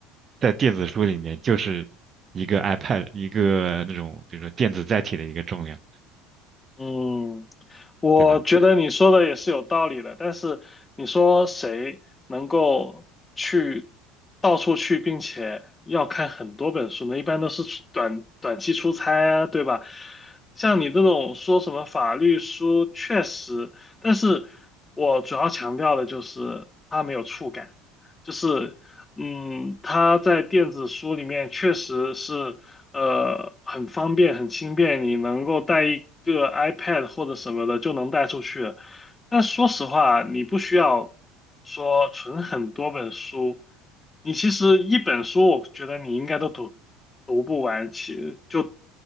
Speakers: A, on the right (about 35°); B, on the left (about 20°).
A: 在电子书里面就是一个 iPad 一个那种比如说电子载体的一个重量，
B: 嗯，我觉得你说的也是有道理的，
A: 对吧？
B: 但是你说谁能够去到处去，并且要看很多本书呢？一般都是出短短期出差啊，对吧？像你这种说什么法律书，确实，但是我主要强调的就是它没有触感，就是嗯，它在电子书里面确实是。呃，很方便，很轻便，你能够带一个 iPad 或者什么的就能带出去。但说实话，你不需要说存很多本书，你其实一本书，我觉得你应该都读读不完。其就